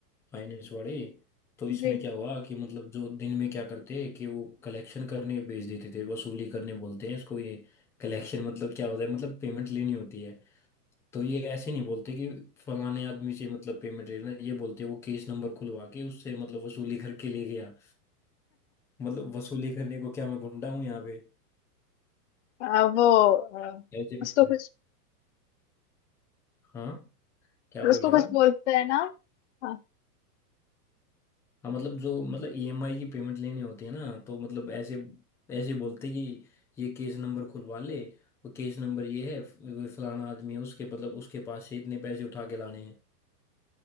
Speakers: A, in the centre; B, on the left.
A: फाइनेंस वाली तो इसमें
B: जी
A: क्या हुआ कि मतलब जो दिन में क्या करते कि वो कलेक्शन करने भेज देते थे वसूली करने बोलते हैं इसको ये कलेक्शन मतलब क्या होता है मतलब पेमेंट लेनी होती है तो ये ऐसे नहीं बोलते कि फलाने आदमी से मतलब पेमेंट लेना ये बोलते हैं वो केस नंबर खुलवा के उससे मतलब वसूली करके ले गया मतलब वसूली करने को क्या मैं गुंडा हूँ यहाँ पे
B: अ, वो अ,
A: ऐसे भी-
B: उसको कुछ
A: हाँ क्या बोल
B: उसको
A: रहे
B: कुछ
A: हैं आप
B: बोलते हैं ना हाँ
A: हाँ मतलब जो मतलब ईएमआई की पेमेंट लेनी होती है ना तो मतलब ऐसे ऐसे बोलते कि ये केस नंबर खुलवा ले वो केस नंबर ये है वो फलाना आदमी है उसके मतलब उसके पास से इतने पैसे उठा के लाने हैं